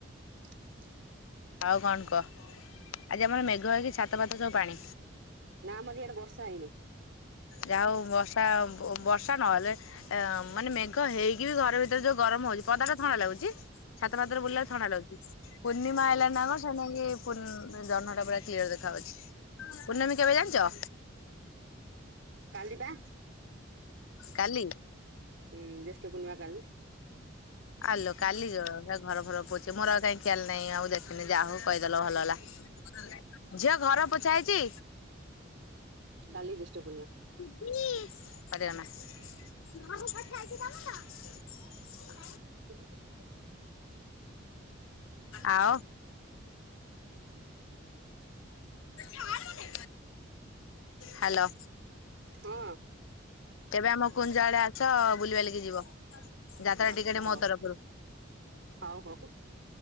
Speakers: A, on the right; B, on the left.
A: <inaudible>
B: ଆଉ କଣ କ ଆଜି ଆମର ମେଘ ହେଇକ ଛାତ ଫାତ ସବୁ ପାଣି।
A: ନା ଆମର ଇଆଡେ ବର୍ଷା ହେଇନି।
B: ଯାଉ ବର୍ଷା ବର୍ଷା ନହେଲେ ଏ ମାନେ ମେଘ ହେଇକି ବି ଘରେ ଭି ତରେ ଯୋଉ ଗରମ ହଉଚି ପଦାଟା ଥଣ୍ଡା ଲାଗୁଚି। ଛାତ ଫାତରେ ବୁଲିଲା ବେଳକୁ ଥଣ୍ଡା ଲାଗୁଛି ପୂର୍ଣ୍ଣିମା
A: ହଁ।
B: ଆଇଲାଣି ନା କଣ ସେ ନେଇକି ପୂର୍ଣ୍ଣ ଜହ୍ନଟା ପୁରା କ୍ଲିୟର ଦେଖାଉଛି। ପୂର୍ଣ୍ଣମୀ କେବେ ଜାଣିଚ?
A: କାଲି ବା।
B: କାଲି।
A: ହୁଁ ଜ୍ୟେଷ୍ଠ ପୁର୍ଣ୍ଣିମା କାଲି।
B: ଆଲୋ କାଲି ଘର ଫର ପୋଛେ ମୋର ଆଉ କାହିଁ ଖିଆଲ ନାଇଁ ଆଉ ଦେଖିନି ଯାହା ହଉ କହିଦେଲ ଭଲ ହେଲା। ଝିଅ ଘର ପୋଛା ହେଇଚି?
A: କାଲି ଜ୍ୟେଷ୍ଠ ପୂର୍ଣ୍ଣିମା।
B: ମମି ପାଟି କରନା ଘର ପୋଛା ହେଇଚି ତମର।
A: ଏଠି ଦେଖିଲେ।
B: ଆଉ ଛାଡ ମତେ। ହାଲୋ
A: ହଁ
B: ତେବେ ଆମ ଯୁଆଡେ ଆଛ ବୁଲି ବାଲିକି ଯିବ ଯାତ୍ରା
A: ଆଚ୍ଛା
B: ଟିକେଟେ
A: ହଉ
B: ମୋ ତରଫରୁ।
A: ହଉ ହଉ